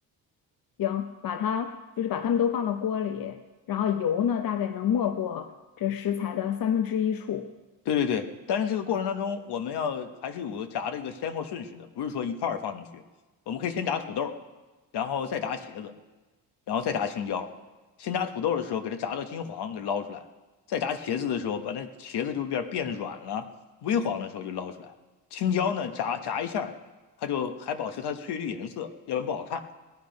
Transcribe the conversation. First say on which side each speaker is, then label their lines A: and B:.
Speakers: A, on the left; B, on the left.
A: 行，把它就是把它们都放到锅里，然后油呢大概能没过这食材的三分之一处，
B: 对对对，但是这个过程当中，我们要还是有个炸的一个先后顺序的，不是说一块儿放进去。我们可以先炸土豆，然后再炸茄子，然后再炸青椒。先炸土豆的时候，给它炸到金黄，给它捞出来；再炸茄子的时候，把那茄子就变变软了，微黄的时候就捞出来。青椒呢，炸炸一下，它就还保持它的翠绿颜色，要不然不好看。